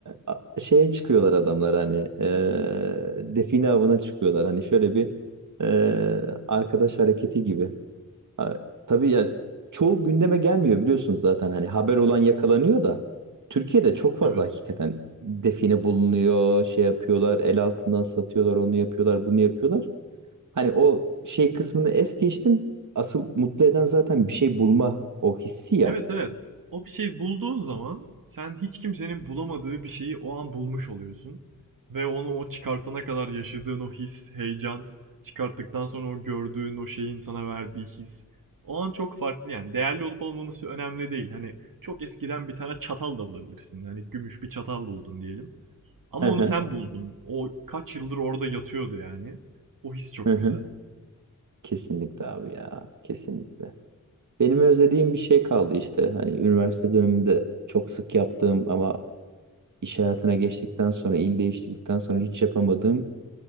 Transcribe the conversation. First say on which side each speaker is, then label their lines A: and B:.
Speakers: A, on the right; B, on the right.
A: a- şeye çıkıyorlar adamlar hani e, define avına çıkıyorlar. Hani şöyle bir e, arkadaş hareketi gibi. A- tabii ya çoğu gündeme gelmiyor biliyorsunuz zaten hani haber olan yakalanıyor da Türkiye'de çok fazla
B: Evet.
A: hakikaten define bulunuyor, şey yapıyorlar, el altından satıyorlar, onu yapıyorlar, bunu yapıyorlar. Hani o şey kısmını es geçtim. Asıl mutlu eden zaten bir şey bulma o hissi ya.
B: Evet evet. O bir şey bulduğun zaman sen hiç kimsenin bulamadığı bir şeyi o an bulmuş oluyorsun. Ve onu o çıkartana kadar yaşadığın o his, heyecan, çıkarttıktan sonra o gördüğün o şeyin sana verdiği his. O an çok farklı yani. Değerli olup olmaması önemli değil. Hani çok eskiden bir tane çatal da bulabilirsin. Hani gümüş bir çatal buldun diyelim. Ama
A: Hı
B: onu
A: hı,
B: sen buldun. O kaç yıldır orada yatıyordu yani. O his çok
A: hı hı.
B: güzel.
A: Kesinlikle abi ya. Kesinlikle. Benim özlediğim bir şey kaldı işte. Hani üniversite döneminde çok sık yaptığım ama iş hayatına geçtikten sonra, il değiştirdikten sonra hiç yapamadığım